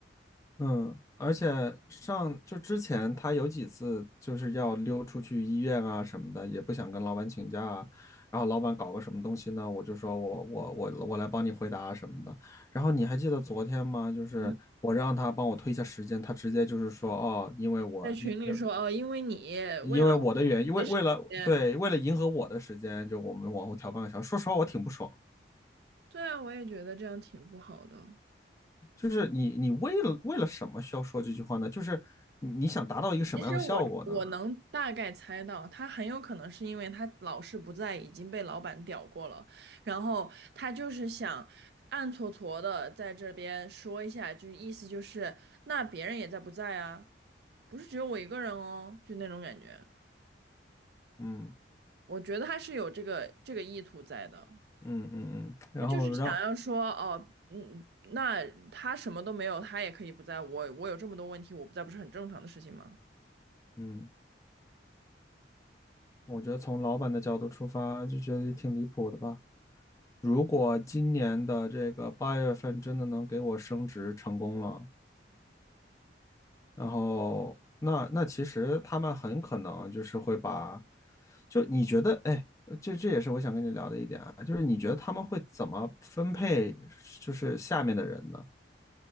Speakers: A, on the left; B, on the right.
A: 嗯，而且上就之前他有几次就是要溜出去医院啊什么的，也不想跟老板请假啊。然后老板搞个什么东西呢，我就说我我我我来帮你回答什么的。然后你还记得昨天吗？就是我让他帮我推一下时间，
B: 嗯，
A: 他直接就是说哦，因为我因因
B: 在群里说哦，因为你为了我的时间，
A: 因为我的原因，为为了对为了迎合我的时间，就我们往后调半个小时。说实话，我挺不爽的
B: 对啊，我也觉得这样挺不好的。
A: 就是你你为了为了什么需要说这句话呢？就是你你想达到一个什么样的效果呢？
B: 其实我我能大概猜到，他很有可能是因为他老是不在，已经被老板屌过了，然后他就是想暗搓搓的在这边说一下，就意思就是那别人也在不在啊，不是只有我一个人哦，就那种感觉。
A: 嗯。
B: 我觉得他是有这个这个意图在的，
A: 嗯嗯嗯，然后让，
B: 他就是想要说哦，嗯，那他什么都没有，他也可以不在，我我有这么多问题，我不在不是很正常的事情吗？
A: 嗯，我觉得从老板的角度出发，就觉得也挺离谱的吧。如果今年的这个八月份真的能给我升职成功了，然后那那其实他们很可能就是会把，就你觉得，哎，这这也是我想跟你聊的一点啊，就是你觉得他们会怎么分配，就是下面的人呢？